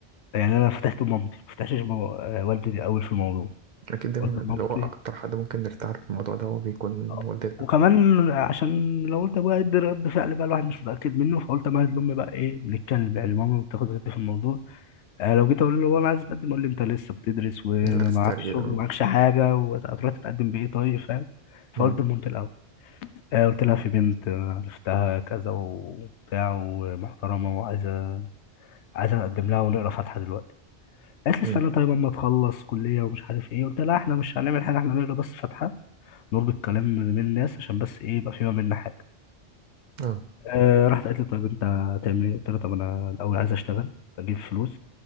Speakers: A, on the left; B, on the right.
A: يعني أنا فتحت لمامتي ما فتحتش مو... آه، والدي أوي في الموضوع
B: أكيد دايما
A: قلت لمامتي
B: اللي هو أكتر حد ممكن نرتاح له في الموضوع ده هو بيكون
A: آه،
B: والدتنا
A: وكمان عشان لو قلت أبويا هيدي رد فعل بقى الواحد مش متأكد منه فقلت أمهد لأمي بقى إيه بنتكلم يعني ماما بتاخد رد في الموضوع آه، لو جيت أقول له أنا عايز أتقدم أقول لي أنت لسه بتدرس ومعكش
B: اللي بتسترجل
A: شغل ومعكش حاجة وهتروح تتقدم بإيه طيب فاهم
B: مم.
A: فقلت لمامتي الأول آه، قلت لها في بنت آه، عرفتها كذا وبتاع ومحترمة وعايزة عايزة أقدم لها ونقرا فاتحة دلوقتي قالت لي استنى
B: مم.
A: طيب أما تخلص كلية ومش عارف إيه قلت لها إحنا مش هنعمل حاجة إحنا نقرا بس فاتحة نربط كلام من الناس عشان بس إيه يبقى في ما بيننا حاجة
B: اه
A: آه راحت قالت لي طيب أنت هتعمل إيه قلت لها طب أنا الأول عايز أشتغل أجيب فلوس